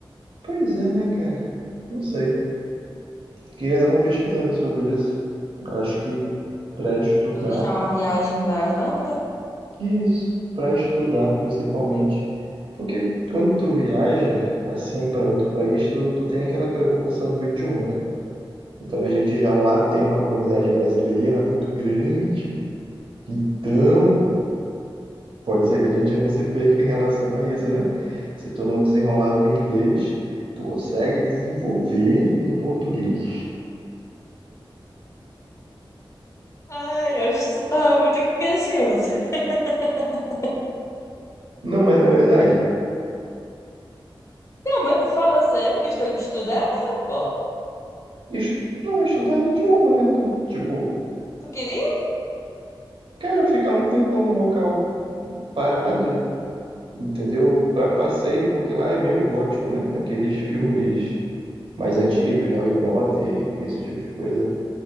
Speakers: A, on the right; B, on the left.
A: Pois é, né, cara? Não sei. Queria dar uma pesquisada sobre isso. Eu Acho que para estudar,
B: Planejar uma viagem pra Irlanda?
A: isso, para estudar principalmente. Porque quando tu viaja assim para outro país, tu, tu tem aquela preocupação do idioma, né? Então a gente já lá tem uma comunidade brasileira muito grande. Então, pode ser que a gente não se perca em relação a isso, né? Se tu não desenrolar no inglês, tu consegue desenvolver no português.
B: Ai, eu acho que isso tá muito gracioso. <laughs>
A: Não, mas na verdade,
B: Não, mas tu fala sério, questão de estudar, pô.
A: est- não é estudar é idioma, né? Tu- Tipo,
B: Tu queria?
A: cara, ficar um tempão num local parado, entendeu? Pra passeio, porque lá é meio gótico, né? Aqueles filmes mais antigos, Harry Potter e esse tipo de coisa,